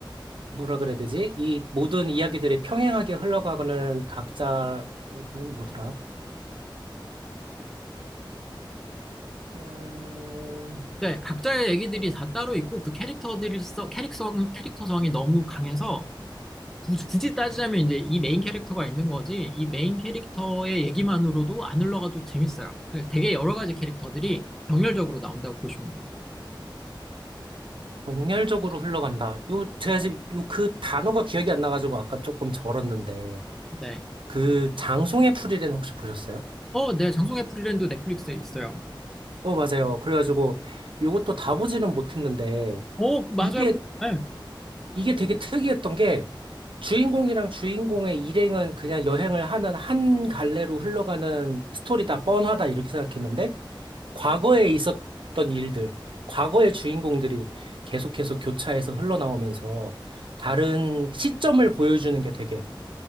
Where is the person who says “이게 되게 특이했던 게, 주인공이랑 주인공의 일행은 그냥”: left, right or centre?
Right